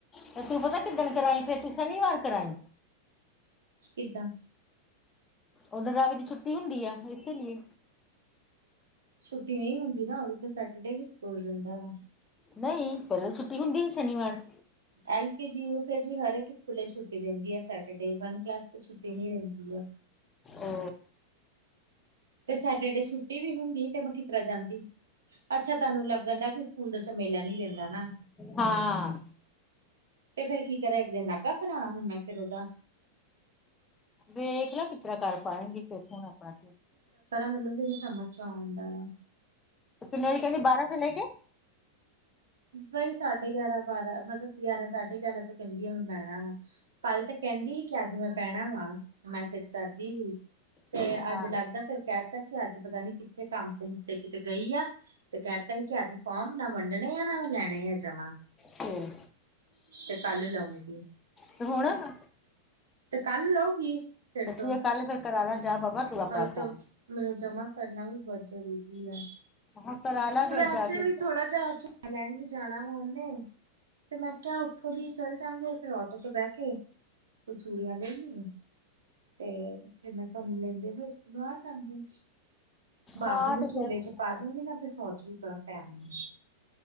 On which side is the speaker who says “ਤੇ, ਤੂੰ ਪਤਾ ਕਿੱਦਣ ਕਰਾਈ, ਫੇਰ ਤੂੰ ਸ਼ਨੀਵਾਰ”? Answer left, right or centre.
Left